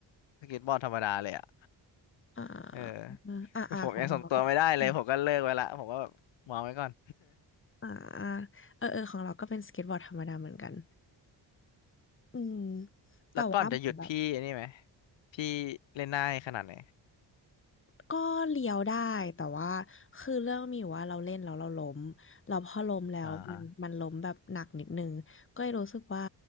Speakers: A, on the left; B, on the left.
A: สเก็ตบอร์ดธรรมดาเลยอ่ะ
B: อ่า
A: เออ
B: อ่าอ่าของเราก็อ
A: ผมยังส่งตัวไม่ได้เลยผมก็เลิกไว้ละผมก็แบบวางไว้ก่อน
B: ่าอ่าเออเออของเราก็เป็นสเก็ตบอร์ดธรรมดาเหมือนกันอืม
A: <laughs>
B: แต่ว่าเหมือนแบบ
A: แล้วก่อนจะหยุดพี่อันนี้ไหมพี่เล่นได้ขนาดไหน
B: ก็เลี้ยวได้แต่ว่าคือเรื่องมีอยู่ว่าเราเล่นแล้วเราล้มเราพอล้มแล้วมันมันล้มแบบหนักนิดนึงก็เลยรู้สึกว่า
A: อ่า